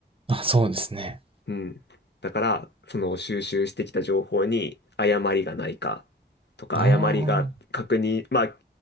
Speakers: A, on the right; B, on the left.
A: あ、そうですね。
B: うん。だから、その収集してきた情報に誤りがないかとか、
A: あ
B: 誤りが確認、まあ、